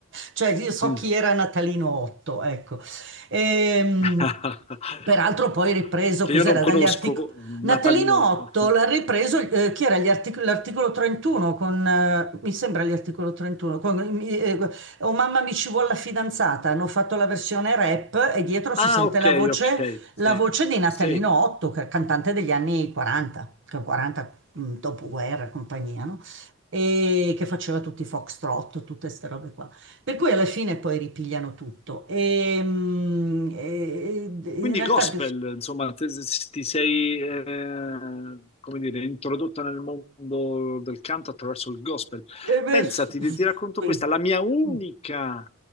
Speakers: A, on the right; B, on the left.
A: cioè, io so
B: Mm.
A: chi era Natalino Otto, ecco. Ehm,
B: <laughs>
A: Peraltro poi ripreso,
B: Che
A: cos'era,
B: io non conosco,
A: dagli Arctic
B: Natalino.
A: Natalino 8
B: <laughs>
A: l'ha ripreso, eh, chi era Gli artic- l'articolo 31 con, eh, mi sembra gli articolo 31, con, eh, eh, oh mamma mi ci vuole la fidanzata, hanno fatto la versione rap e dietro
B: Ah,
A: si sente
B: ok,
A: la voce,
B: ok,
A: la
B: sì,
A: voce di Natalino
B: sì.
A: 8, che è cantante degli anni 40, che è 40 mm, dopoguerra e compagnia, no? E che faceva tutti i foxtrot, tutte queste robe qua. Per cui alla fine poi ripigliano tutto. E, mm, e- e
B: Quindi
A: in realtà...
B: gospel, insomma, te- ti sei, eh, come dire, introdotta nel mondo del canto attraverso il gospel.
A: E beh,
B: Pensati,
A: sì.
B: ti, ti racconto questa, la mia unica
A: Mm,